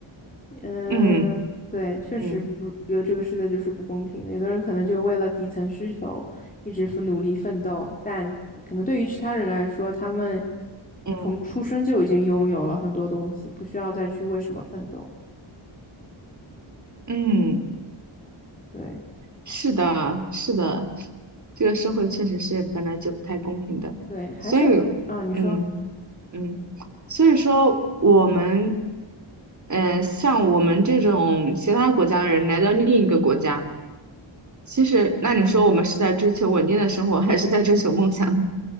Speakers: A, on the left; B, on the right.
A: 嗯，
B: 嗯
A: 对，确实不，
B: 嗯
A: 比如这个世界就是不公平的。有的人可能就为了底层需求一直奋努力奋斗，但可能对于其他人来说，他们
B: 嗯
A: 从出生就已经拥有了很多东西，不需要再去为什么奋斗。
B: 嗯。
A: 对。
B: 是的，是的，这个社会确实是本来就不太公平的，
A: 对，还是回啊，
B: 所以，
A: 你说，
B: 嗯嗯，所以说我们，呃，像我们这种其他国家的人来到另一个国家，其实那你说我们是在追求稳定的生活，还是在追求梦想呢？